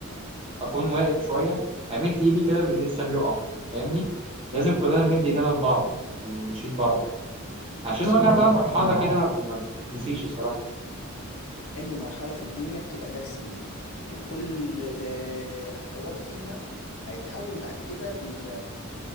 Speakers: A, on the right; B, on the left.
A: اكون واقف شويه امد ايدي كده اللي لسه بيقع فاهمني لازم كلنا نمد ايدينا لبعض ونشيل بعض عشان
B: بص
A: الوجع ده
B: اي مرحله
A: مرحله كده ما ما بتتنسيش الصراحه
B: أي مرحلة في الدنيا بتبقى درس ليك وكل آه، حوار فيها هيتحول بعد كده ل...